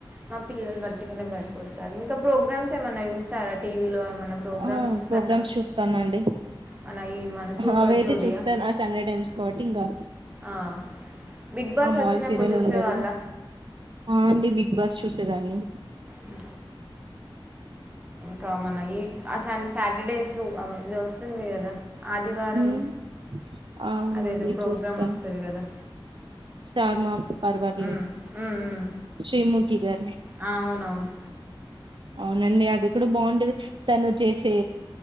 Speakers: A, on the right (about 20°); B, on the right (about 60°).
A: మా పిల్లలు బర్తికనే భయపడతారు ఇంకా ప్రోగ్రామ్స్ ఏమన్నా చూస్తారా టీవీలో ఏమన్నా ప్రోగ్రామ్స్
B: ఆ
A: చూస్తారా
B: ప్రోగ్రామ్స్ చూస్తానండి
A: మన ఈ మన సూపర్
B: అవి అయితే
A: జోడియా
B: చూస్తాను ఆ సండే టైమ్స్ కాబట్టి ఇంకా
A: ఆ బిగ్ బాస్
B: ఆ మాల్
A: వచ్చినప్పుడు
B: సీరియల్
A: చూసేవాళ్ళ
B: ఉండదు ఆ అండి బిగ్ బాస్ చూసేదాన్ని
A: మ్ కమన ఈ అసన్ సా త్రీ డేస్ ఆమె ఇది వస్తుంది కదా ఆదివారం
B: హ్మ్. అవునండి
A: అదేదో ప్రోగ్రామ్
B: చూస్తాను.
A: వస్తది కదా
B: స్టార్ మా పరివార్
A: ఉమ్
B: లీగ్
A: ఉమ్ ఉమ్
B: శ్రీముఖి గారిది
A: ఆ అవునవును
B: అవునండి అది కూడా బాగుంటది తను చేసే